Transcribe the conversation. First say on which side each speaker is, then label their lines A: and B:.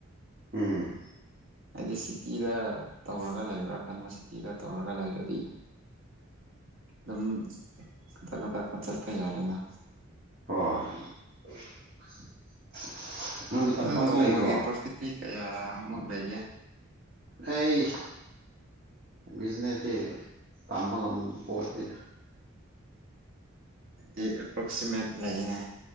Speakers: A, on the right; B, on the right.
A: ꯎꯝ
B: ꯍꯥꯏꯗꯤ ꯁꯤꯇꯤꯗ ꯇꯧꯔꯒ ꯂꯩꯕ꯭ꯔꯥ ꯈꯟꯕ ꯁꯤꯇꯤꯗ ꯇꯧꯔꯒ ꯂꯩꯔꯗꯤ ꯑꯗꯨꯝ ꯀꯊꯛ ꯀꯊꯛ ꯈ ꯆꯠꯄ ꯌꯥꯔꯦꯅ
A: ꯍꯣꯏ ꯅꯪꯗꯤ ꯇꯝꯄꯥꯛꯇ
B: ꯑꯣ ꯅꯣꯡꯃꯒꯤ
A: ꯂꯩꯕ꯭ꯔꯣ
B: ꯄ꯭ꯔꯣꯐꯤꯠꯇꯤ ꯀꯌꯥꯃꯨꯛ ꯂꯩꯒꯦ
A: ꯑꯩ ꯕꯤꯖꯤꯅꯦꯁꯇꯗꯤ ꯇꯝꯕ ꯉꯝꯄꯣꯠꯇꯦꯗ
B: ꯗꯤ ꯑꯦꯄ꯭ꯔꯣꯛꯁꯤꯃꯦꯠ ꯂꯩꯅꯦ